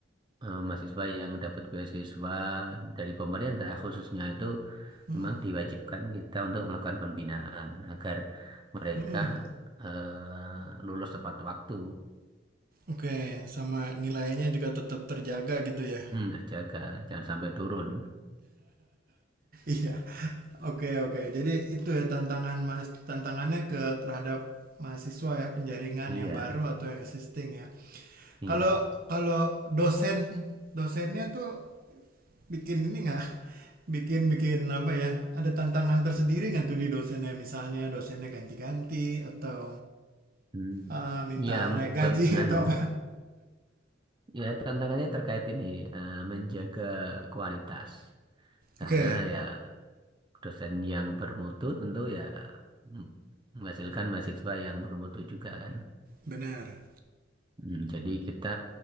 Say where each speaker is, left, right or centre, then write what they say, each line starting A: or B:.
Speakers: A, on the right; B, on the right.
A: eh, mahasiswa yang dapat beasiswa dari pemerintah khususnya itu
B: Mm-mm.
A: memang diwajibkan kita untuk melakukan pembinaan agar mereka
B: Mm-mm.
A: eh, lulus tepat waktu,
B: Oke, sama nilainya juga tetap terjaga gitu ya.
A: Hmm, terjaga, jangan sampai turun.
B: Iya, <laughs> oke oke. Jadi itu ya tantangan mas, tantangannya ke terhadap mahasiswa ya penjaringan
A: Iya,
B: yang baru atau yang existing ya.
A: iya.
B: Kalau kalau dosen dosennya tuh bikin ini nggak? <laughs> Bikin bikin apa ya? Ada tantangan tersendiri nggak tuh di dosennya? Misalnya dosennya ganti-ganti atau
A: Hmm.
B: ah, minta
A: Ya,
B: naik gaji
A: pe- nganu,
B: <laughs> atau apa?
A: ya tantangannya terkait ini eh, menjaga kualitas. Karena
B: Oke,
A: ya dosen yang bermutu tentu ya mm, menghasilkan mahasiswa yang bermutu juga kan.
B: benar.
A: Hmm, jadi kita